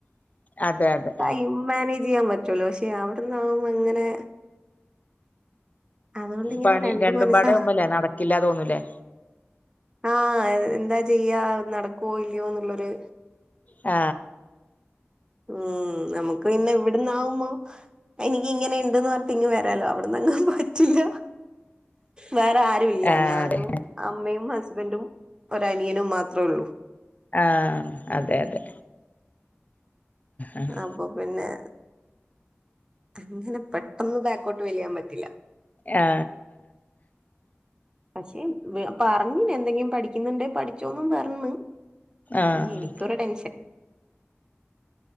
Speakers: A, on the left; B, on the right.
A: അതെയതെ
B: ടൈം മാനേജ് ചെയ്യാൻ പറ്റുവല്ലോ പക്ഷെ അവിടന്നാവുമ്പോ അങ്ങനെ അതുകൊണ്ട് ഇങ്ങനെ
A: പണി
B: രണ്ടു
A: രണ്ടും
B: മനസ്സാ
A: പാടാവൂമ്പല്ലേ നടക്കില്ല തോന്നൂലേ
B: ആ എന്താ ചെയ്യാ നടക്കുവോ ഇല്ലയോന്നുള്ളൊരു
A: ആ
B: ഉം നമുക്ക് പിന്നെ ഇവിടന്നാവും മ്പം എനിക്ക് ഇങ്ങനെ ഇണ്ടന്ന് പറഞ്ഞിട്ടങ്ങു വരാലോ അവിടന്നങ്ങനെ പറ്റില്ല വേറെ ആരുല്ല
A: ആഹ്
B: ഞാനും
A: അതെ
B: അമ്മയും ഹസ് ഹസ്ബന്റും ഒരനിയനും മാത്ര ഉള്ളൂ.
A: ആഹ് അതെ അതെ ആഹ്
B: അപ്പൊ പിന്നെ അങ്ങനെ പെട്ടന്ന് ബാക്കോട്ട് വലിയാൻ പറ്റില്ല.
A: ആ
B: പക്ഷെ പറഞ്ഞിനി എന്തെങ്കിലും പഠിക്കുന്നുണ്ടേ പഠിച്ചോന്നും പറഞ്ഞു.
A: ആഹ്
B: പിന്നെ എനിക്കൊരു ടെൻഷൻ.